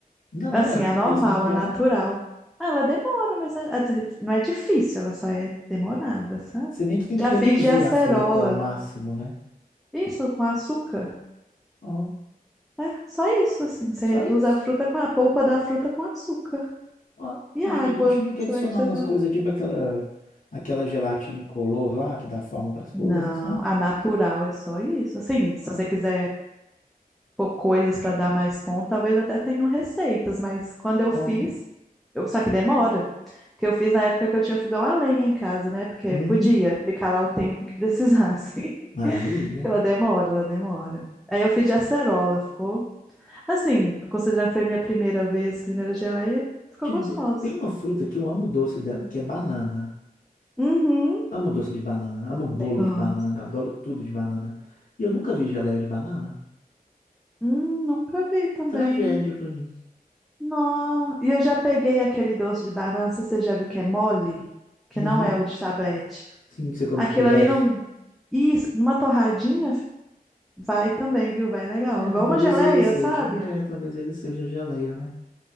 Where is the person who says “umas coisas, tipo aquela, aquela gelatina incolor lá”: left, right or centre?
Left